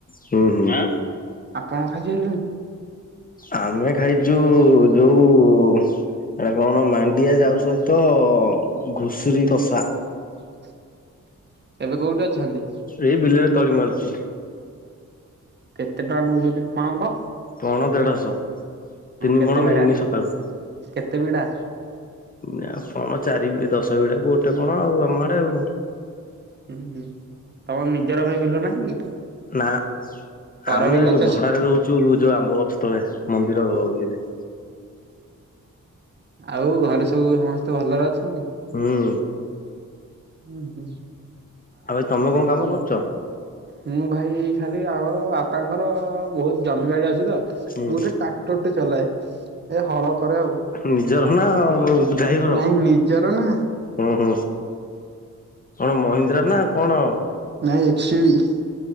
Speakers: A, on the left; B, on the right.
A: ହୁଁ ହୁଁ।
B: ଆପଣ ଖାଇସାରିଲେଣି
A: ଆମେ ଖାଇଛୁ ଯୋଉ। ଏରା କଣ ମାଣ୍ଡିଆ ଯାଉ ସହିତ ଘୁଷୁରୀ କଷା।
B: ହ ଏବେ କୋଉଠି ଅଛନ୍ତି?
A: ଏଇ ବିଲରେ ତଳି ମାରୁୁଛି।
B: କେତେ ଟଙ୍କା ନଉଛନ୍ତି ଫଣଙ୍କ।
A: ଫଣ ଦେଢଶ ତିନି
B: କେତେ
A: ଫଣ
B: ବିଡା
A: ମାଇଲିିନି ସକାଳୁ।
B: କେତେ ବିଡା
A: ନା ପଣ ଚାରି ଦଶ ବିଡାକୁ ଗୋଟେ ପଣ ଆଉ ଆମ ଆଡେ ଆଉ।
B: ହୁଁ ହୁଁ ତମର ନିଜର ଭାଇ ବିଲ ନାହିଁ କି?
A: ନା।
B: ପର
A: ଆମେ
B: ବିଲ ଚଷୁଛ
A: ଭଡାରେ ରହୁଛୁ ଯୋଉ ଆମ୍ବ ଗଛ ତଳେ ମନ୍ଦିର ଇଏରେ।
B: ଆଉ ଘରେ ସବୁ ସମସ୍ତେ ଭଲରେ ଅଛନ୍ତି?
A: ହୁଁ।
B: ହୁଁ ହୁଁ।
A: ଆଉ ଭାଇ ତମେ କଣ କାମ କରୁଚ?
B: ହୁଁ ଭାଇ ଏଇ ଖାଲି ଆମର ବାପାଙ୍କର ବହୁତ ଜମି ବାଡି ଅଛି ତ ମୁଁ
A: ହୁଁ।
B: ଗୋଟେ ଟ୍ରାକ୍ଟର ଟେ ଚଲାଏ। ଏ ହଳ କରେ ଆଉ
A: ନିଜର ନା ଡ୍ରାଇଭର।
B: ନାଇଁ ନିଜର ନା
A: ହୁଁ ହୁଁ। କଣ ମହିନ୍ଦ୍ରା ନା କଣ?
B: ନାହିଁ। <unintelligible>